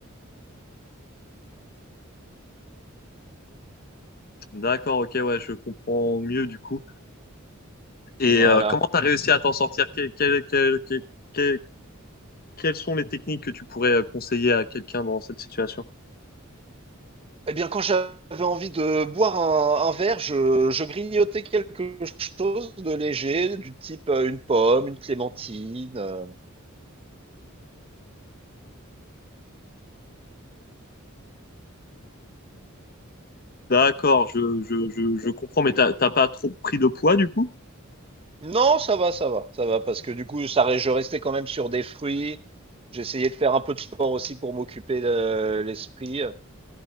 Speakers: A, on the left; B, on the right.
A: D'accord, ok, ouais, je comprends mieux du coup. Et
B: voilà.
A: euh, comment tu as réussi à t'en sortir? Que- que- que- que- que- quelles sont les techniques que tu pourrais euh, conseiller à quelqu'un dans cette situation?
B: Eh bien, quand j'avais envie de boire un, un verre, je, je grignotais quelque chose de léger, du type euh, une pomme, une clémentine. euh,
A: D'accord, je, je, je, je comprends, mais t'as t'as pas trop pris de poids du coup?
B: Non, ça va, ça va, ça va, parce que du coup, ça, re- je restais quand même sur des fruits. J'essayais de faire un peu de sport aussi pour m'occuper le- l'esprit.